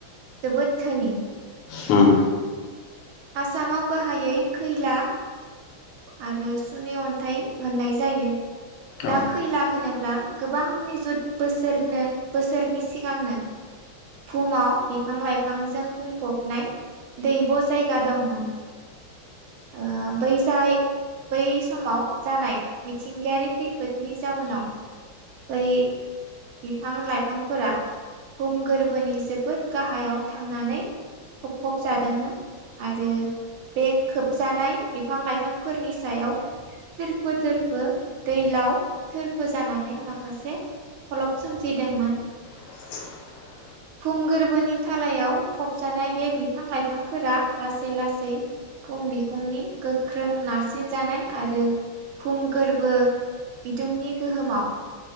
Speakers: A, on the right; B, on the left.
A: जोबोद धोनि
B: उम।
A: आसामाव गाहायै खैला आरो सुनि अन्थाइ मोननाय जायो।
B: औ
A: दा खैला होनो ब्ला गोबां निजुत बोसोरनो बोसोरनि सिगांनो। भुमाव बिफां लाइफांजों मं दैब' जायगा दंमोन ओ बैजाय बै समाव जानाय मिथिंगायारि खैफोदनि जाउनाव बै बिफां लाइफांफोरा भुम गोर बोनि जोबोद गाहायाव थांनानै हम मज आरो बे खोबजानाय बिफां लाइफांफोरनि सायाव थोरफो थोरफो दैलाव थोरफो जानानै माखासे खलब सोमजिदोंमोन।
B: <unintelligible>
A: भुम गोरबोनि थालायाव फबजानाय बे बिफां लाइफांफोरा लासै लासै भुम बिखुंनि गोख्रों नारसिनजानाय आरो भुम गोरबो बिदुंनि गोहोमाव